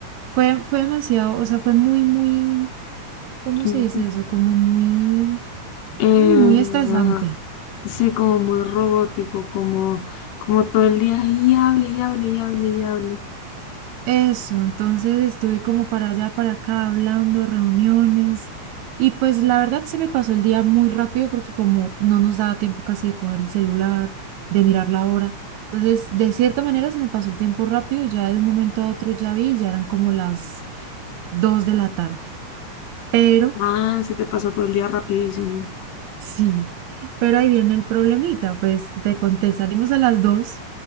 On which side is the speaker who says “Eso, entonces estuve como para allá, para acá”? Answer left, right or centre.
Right